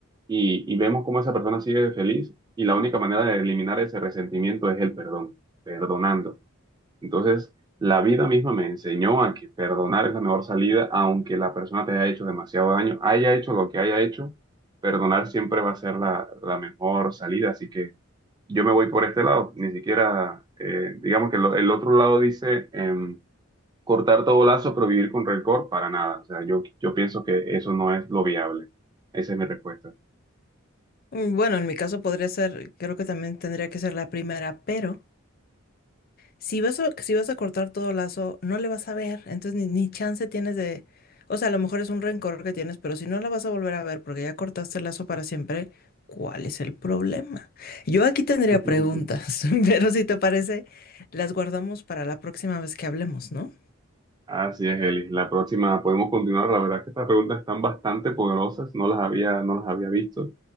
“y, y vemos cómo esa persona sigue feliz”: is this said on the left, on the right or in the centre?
Right